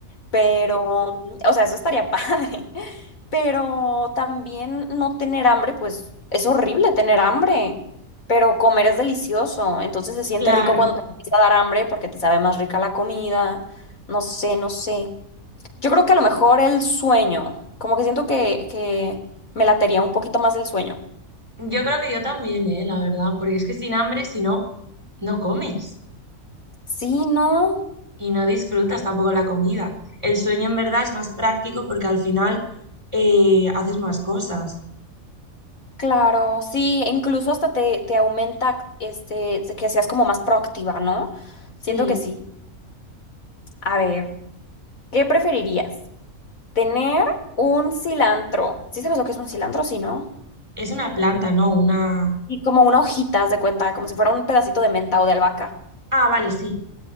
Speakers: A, on the left; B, on the right.
A: pero, o sea, eso estaría <laughs> padre pero también no tener hambre, pues es horrible tener hambre, pero comer es delicioso, entonces se siente
B: Claro.
A: rico cuando te empieza a dar hambre porque te sabe más rica la comida, no sé, no sé. Yo creo que a lo mejor el sueño, como que siento que, que me latería un poquito más el sueño.
B: Yo creo que yo también, ¿eh? La verdad. Porque es que sin hambre, si no, no comes.
A: Sí, ¿no?
B: y no disfrutas tampoco la comida. El sueño en verdad es más práctico porque al final eh, haces más cosas.
A: Claro, sí, e incluso hasta te, te aumenta este, que seas como más proactiva, ¿no?
B: Sí.
A: Siento que sí. A ver, ¿qué preferirías? Tener un cilantro. ¿Sí sabes lo que es un cilantro? Sí, ¿no?
B: Es una planta, ¿no? Una...
A: Y como una hojita, haz de cuenta, como si fuera un pedacito de menta o de albahaca.
B: Ah, vale, sí.